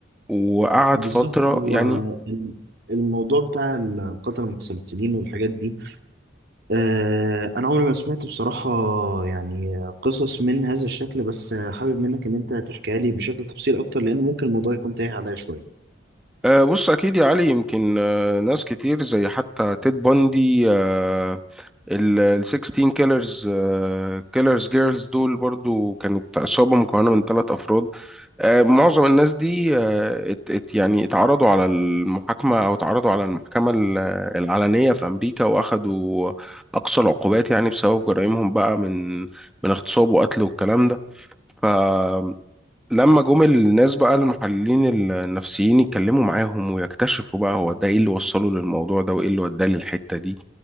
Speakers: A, in the centre; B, on the right.
A: وقعد
B: بالظبط
A: فترة
B: هو
A: يعني
B: ال- الموضوع بتاع القتلة المتسلسلين والحاجات دي آه، أنا عمري ما سمعت بصراحة يعني قصص من هذا الشكل بس آه، حابب منك إن أنت تحكيها لي بشكل تفصيل أكتر لأن ممكن الموضوع يكون تايه عليا شوية
A: آه، بص أكيد يا علي يمكن آه، ناس كتير زي حتى تيد بوندي آه، ال ال 16 كيلرز كيلرز جيرلز دول برضو كانت عصابة مكونة من ثلاث أفراد آه، معظم الناس دي آه، ات ات يعني اتعرضوا على المحاكمة أو اتعرضوا على المحكمة ال- العلنية في أمريكا وأخدوا أقصى العقوبات يعني بسبب جرائمهم بقى من من اغتصاب وقتل والكلام ده فلما جم الناس بقى المحللين النفسيين يتكلموا معاهم ويكتشفوا بقى هو ده ايه اللي وصله للموضوع ده وايه اللي وداه للحتة دي